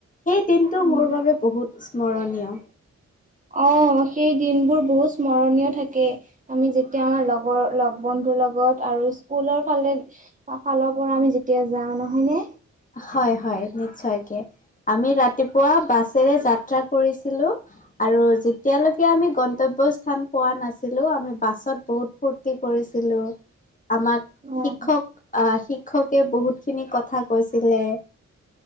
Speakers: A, on the left (about 25°); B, on the right (about 25°).
A: সেই দিনটো
B: উম।
A: মোৰ বাবে বহুত স্মৰণীয়।
B: অ' সেই দিনবোৰ বহুত স্মৰণীয় থাকে। আমি যেতিয়া লগৰ- লগ ব ন্ধুৰ লগত আৰু স্কুলৰ ফালে- ফালৰ পৰা আমি যেতিয়া যাওঁ, নহয় নে?
A: হয় - হয়, নিশ্চয়কে। আমি ৰাতিপুৱা বাছেৰে যাত্ৰা কৰিছিলোঁ আৰু যেতিয়ালৈকে আমি গন তব্য স্থান পোৱা নাছিলোঁ, আমি বাছত বহুত ফূৰ্তি কৰিছিলোঁ। আমাক
B: অ'
A: শিক্ষক অ'- শিক্ষকে বহুতখিনি কথা কৈছিলে।